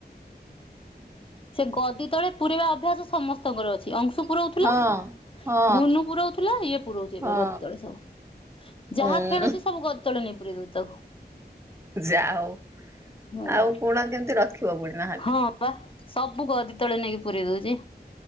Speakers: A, on the left; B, on the right.
A: ସେ ଗଦି ତଳେ ପୁରେଇବା ଅଭ୍ୟାସ ସମସ୍ତଙ୍କର ଅଛି। ଅଂଶୁ ପୁରୋଉଥିଲା
B: ହଁ ହଁ
A: ଗୁନୁ ପୁରଉଥିଲା ଇଏ ପୁରୋଉଛି ଏବେ
B: ହଁ
A: ଗଦି ତଳେ ସବୁ
B: ହୁଁ।
A: ଯାହା ଖେଳୁଛି ସବୁ ଗ ତୁ ନି ପୁୁରେଇ ଦଉଚି ତକୁ
B: ଯା ହଉ
A: ହେଲା
B: ଆଉ କୁଣ କେମିତି ରଖିବ ପୁଣି ନହେଲେ।
A: ହଁ ବା ସବୁ କଦି ତଳେ ନେଇକି ପୁରେଇ ଦଉଛି